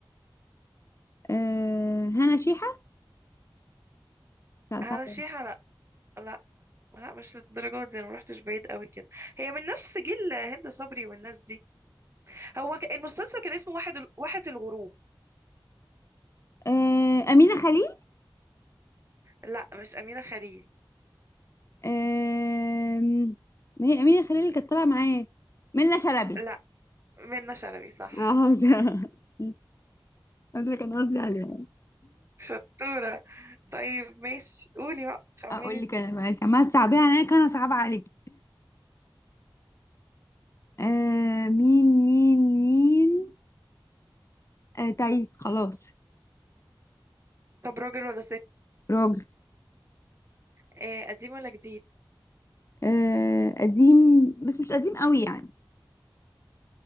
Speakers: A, on the left (about 35°); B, on the right (about 30°).
A: آه هنا شيحة لا
B: هنا
A: صعبة
B: شيحة لا لا لا مش للدرجة دي انا مروحتش بعيد قوي كده هي من نفس جيل هند صبري والناس دي هو ك- المسلسل كان اسمه واحد ال- واحة الغروب
A: آه أمينة خليل
B: لا مش أمينة خليل
A: آه ما هي أمينة خليل اللي كانت طالعة معاه منة شلبي
B: لا منة شلبي صح
A: اه حافظة <laughs> ده اللي كان قصدي عليها
B: شطورة طيب ماشي قولي بقى خمني
A: اقول
B: انت.
A: لك انا بقى انت عماله تصعبيها عليا كان انا صعبه عليك آه مين مين مين آه تايه خلاص
B: طب راجل ولا ست
A: راجل
B: آه قديم ولا جديد
A: آه قديم بس مش قديم قوي يعني